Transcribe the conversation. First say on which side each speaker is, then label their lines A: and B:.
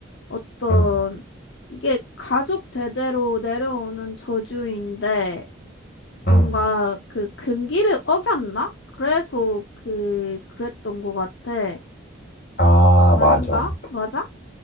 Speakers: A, on the left; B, on the left.
A: 어떤
B: 응,
A: 이게 가족 대대로 내려오는 저주인데 뭔가
B: 응.
A: 그 금기를 어겼나? 그래서 그 그랬던 것 같아.
B: 아,
A: 아닌가?
B: 맞아.
A: 맞아?